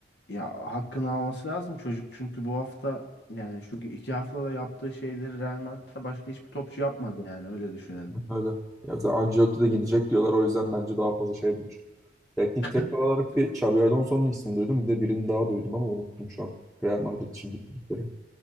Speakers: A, on the left; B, in the centre.
A: ya hakkını alması lazım çocuk çünkü bu hafta yani şu iki haftada yaptığı şeyleri Real Madrid'de başka hiçbir topçu yapmadı yani öyle düşünelim.
B: Öyle. Ya zaten Ancelotti de gidecek diyorlar o yüzden bence daha fazla şey budur. Teknik direktör
A: Rakip
B: olarak bir
A: takım
B: Xabi Alonso'nun ismini duydum. Bir de birini daha duydum ama unuttum şu an. Real Madrid için. düşündükleri.